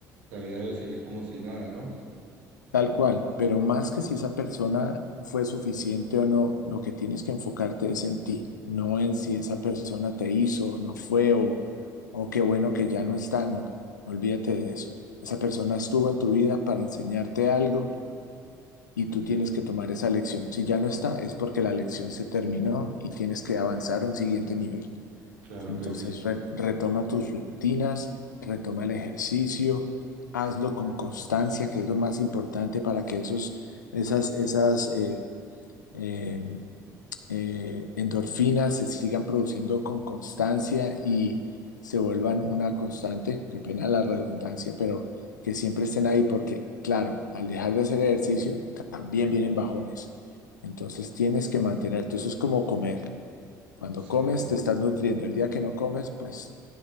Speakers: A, on the right (about 70°); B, on the left (about 80°).
A: La vida debe seguir como si nada, ¿no?
B: Tal cual, pero más que si esa persona fue suficiente o no, lo que tienes que enfocarte es en ti, no en si esa persona te hizo o no fue o, o qué bueno que ya no está, no, olvídate de eso. Esa persona estuvo en tu vida para enseñarte algo y tú
A: Ok,
B: tienes que tomar esa lección. Si ya no está, es porque la lección se terminó y tienes que avanzar a un siguiente nivel.
A: claro
B: Entonces,
A: que sí.
B: re- retoma tus rutinas, retoma el ejercicio, hazlo con constancia, que es lo más importante para que esos, esas, esas eh, eh, eh, endorfinas se sigan produciendo con constancia y se vuelvan una constante, qué pena la redundancia, pero que siempre estén ahí porque, claro, al dejar de hacer ejercicio también vienen bajones. Entonces tienes
A: Mm.
B: que mantenerte, eso es como comer. Cuando
A: Sí,
B: comes te estás nutriendo, el día que no comes, pues